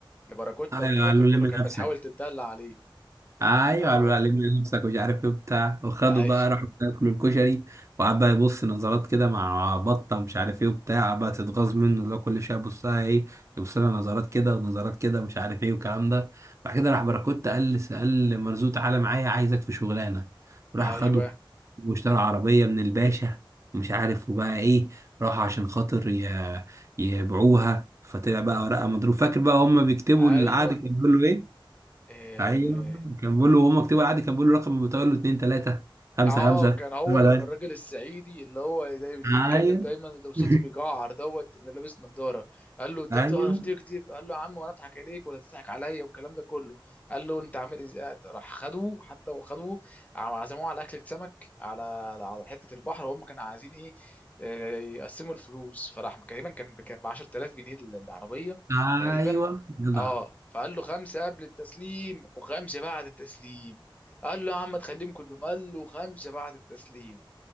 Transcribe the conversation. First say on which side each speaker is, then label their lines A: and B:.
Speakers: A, on the left; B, on the right.
A: لباراكوتا
B: آه، قالوا
A: والكلام ده كله
B: لم
A: كانت
B: نفسك
A: بتحاول تتدلع عليه
B: ايوه
A: اي
B: قالوا علمنا نفسك ومش عارف ايه وبتاع وخدوا
A: ايوه
B: بقى راحوا ياكلوا الكشري وقعد بقى يبص نظرات كده مع بطه ومش عارف ايه وبتاع قعد بقى تتغاظ منه اللي هو كل شويه يبص لها ايه يبص لها نظرات كده ونظرات كده ومش عارف ايه والكلام ده بعد كده راح باراكوت قال قال مرزوق تعالى معايا عايزك في شغلانه وراح
A: ايوه
B: خده واشترى عربيه من الباشا ومش عارف وبقى ايه راح عشان خاطر ي- يبيعوها فطلع بقى ورقه مضروب فاكر بقى هم بيكتبوا
A: ايوه
B: العقد كان بيقولوا ايه
A: اه
B: ايوه كان بيقول له وهو مكتوب عادي كان بيقول له رقم بتقول له 2 3 5
A: آه،
B: 5
A: كان هو
B: هو
A: لما
B: ده
A: الراجل الصعيدي اللي هو داي- اللي
B: ايوه
A: بيتكلم دايما اللي صوته
B: <laughs>
A: بيجعر دوت اللي لابس نظاره قال له انت
B: ايوه
A: بتعرف تكتب قال له يا عم وانا اضحك عليك ولا تضحك عليا والكلام ده كله قال له انت عامل ازاي راح خدوه حتى وخدوه عم- عزموه على اكله سمك على على حته البحر وهم كانوا عايزين ايه آه، يقسموا الفلوس فراح تقريبا كان ب 10000 جنيه ال- العربيه
B: ايوه
A: تقريبا
B: جدع
A: اه فقال له خمسه قبل التسليم وخمسه بعد التسليم قال له يا عم تخليهم كلهم قال له خمسه بعد التسليم